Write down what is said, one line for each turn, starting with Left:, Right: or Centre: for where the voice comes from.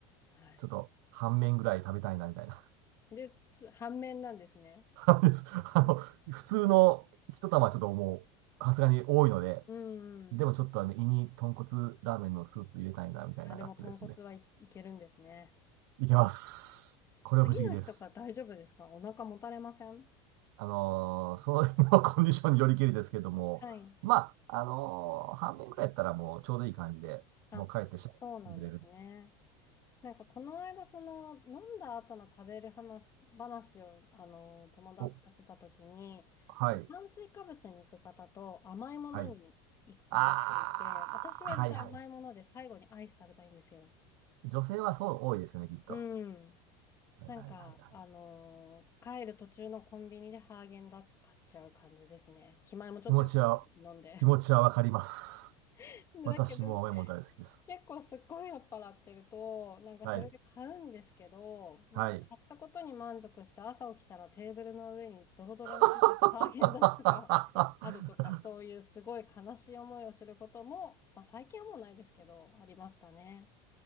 Left: はい。
Right: ちょっと、半麺ぐらい食べたいな、みたいな。
Left: で、つ反面なんですね。
Right: <laughs> あのですあの普通の一玉はちょっともう、
Left: うん
Right: さすがに多いので、
Left: うんうん。
Right: でもちょっとあの、胃に豚骨ラーメンのスープ入れたいな、みたいなのがあってですね。
Left: あ、でも豚骨はい、いけるんですね。
Right: いけます。これは不思議です。
Left: 次の日とか大丈夫ですかお腹もたれません
Right: あのーその日のコンディションによりけりですけれども、
Left: はい。
Right: まあ、あのー半面ぐらいやったらもうちょうどいい感じで、
Left: あ、
Right: もう帰ってしてくれる。
Left: そうなんですね。なんかこの間、その飲んだ後の食べる話、話をあの友達としてた時に、
Right: お、はい、
Left: そう、炭水化物に行く方と甘いものに行く方っていて、
Right: はい。あー、
Left: 私割と甘いもので最後にアイス食べたいんですよ。
Right: はいはい。女性はそう多いですね、きっと。
Left: うん。
Right: はいはいはいはい。
Left: なんか、あのー帰る途中のコンビニでハーゲンダッツ買っちゃう感じですね。気前もちょっと良くなってるし、
Right: 気持ちは、
Left: 飲んで。
Right: 気持ちはわかります。
Left: <laughs> で、
Right: 私も甘いもの大好きです。
Left: だけど、結構すっごい酔っ払ってると、なんかそれで買うんですけど、
Right: はい。
Left: なんか買ったことに満足して朝起きたらテーブルの上にドロドロに出ててハーゲンダッツがあるとか、
Right: はい。<laughs>
Left: そういうすごい悲しい思いをすることも、まあ最近はもうないですけど、ありましたね。